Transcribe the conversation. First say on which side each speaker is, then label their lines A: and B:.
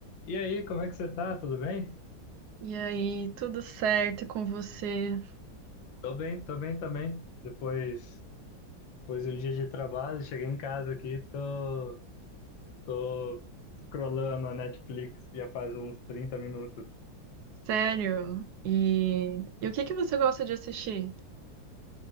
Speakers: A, on the left; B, on the right.
A: E aí, como é que você tá? Tudo bem?
B: E aí, tudo certo com você?
A: Tô bem, tô bem também. Depois, depois de um dia de trabalho, cheguei em casa aqui, tô, tô scrollando a Netflix já faz uns 30 minutos.
B: Sério? E, e o que que você gosta de assistir?